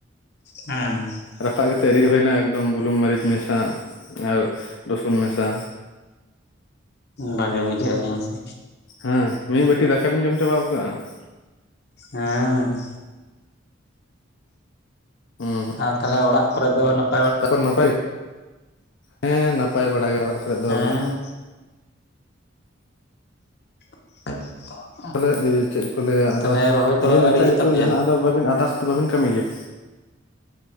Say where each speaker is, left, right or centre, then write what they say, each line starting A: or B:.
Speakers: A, on the left; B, on the left.
A: ᱟᱸ ᱾
B: ᱨᱟᱯᱟᱜ ᱠᱟᱛᱮ ᱨᱤᱫ ᱦᱩᱭ ᱮᱱᱟ ᱮᱠᱫᱚᱢ ᱵᱩᱞᱩᱝ ᱢᱟᱹᱨᱤᱪ ᱢᱮᱥᱟ ᱟᱨ ᱨᱚᱥᱩᱱ ᱢᱮᱥᱟ᱾
A: ᱵᱷᱟᱜᱮ ᱵᱩᱡᱷᱟᱹᱣ ᱮᱱᱟ ᱦᱮᱸ ᱥᱮ᱾
B: ᱦᱮᱸ ᱢᱤᱫ ᱵᱟᱹᱴᱤ ᱫᱟᱠᱟ ᱵᱤᱱ ᱡᱚᱢ ᱪᱟᱵᱟᱜᱚᱜ ᱠᱟᱜ-ᱟ ᱾
A: ᱦᱮᱸᱻ
B: ᱦᱩᱸ
A: ᱟᱨ ᱛᱟᱦᱚᱞᱮ ᱚᱲᱟᱜ ᱠᱚᱨᱮ ᱫᱚ ᱱᱟᱯ
B: <unintelligible> ᱦᱮᱸ ᱱᱟᱯᱟᱭ ᱵᱟᱲᱟ ᱜᱮ ᱚᱲᱟᱜ ᱠᱚᱨᱮ ᱫᱚ
A: ᱦᱮᱸ
B: ᱟᱫᱚ
A: <inaudible>
B: ᱛᱟᱦᱚᱞᱮ ᱪᱮᱫ ᱠᱚ ᱞᱟᱹᱭᱟ ᱟᱫᱚ
A: ᱛᱟᱦᱚᱞᱮ ᱨᱚᱦᱚᱭ ᱠᱚᱫᱚ
B: ᱟᱹᱵᱤᱱ
A: ᱟᱹᱣᱨᱤᱭᱟ
B: ᱮᱴᱟᱜ ᱠᱤᱪᱷᱩ
A: ᱛᱟᱯᱮᱭᱟ
B: ᱡᱟᱦᱟᱱᱟᱜ ᱟᱫᱚ ᱵᱟᱵᱤᱱ ᱟᱫᱟᱨᱥ ᱫᱚ ᱵᱟᱹᱵᱤᱱ ᱠᱟᱹᱢᱤ ᱜᱮᱭᱟ?